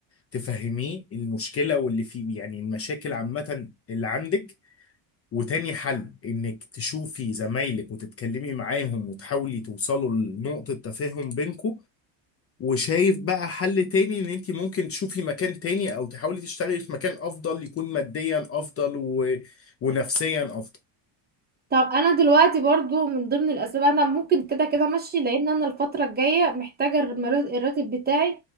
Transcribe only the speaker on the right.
طب انا دلوقتي برضو من ضمن الاسباب انا ممكن كده كده ماشي لان انا الفترة الجاية محتاجة المر- الراتب بتاعي